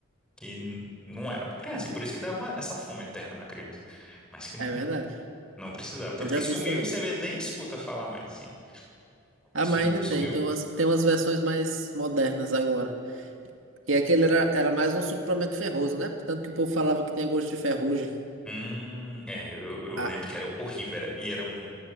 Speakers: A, in the centre; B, on the right.
A: que n- não era pra criança. E por isso que dava uma- essa fome eterna na criança. Mas que não,
B: É verdade.
A: não precisava. Tanto
B: Eu já
A: que sumiu
B: vi isso também.
A: e você vê, nem escuta falar mais, assim.
B: Ah,
A: Sumiu,
B: mas ainda
A: sumiu.
B: tem, tem umas, tem umas versões mais modernas agora. E aquele era, era mais um suplemento ferroso, né? Tanto que o povo falava que tinha gosto de ferrugem.
A: Hum, é, eu, eu
B: Ah,
A: lembro que era horrível. Era, e era um.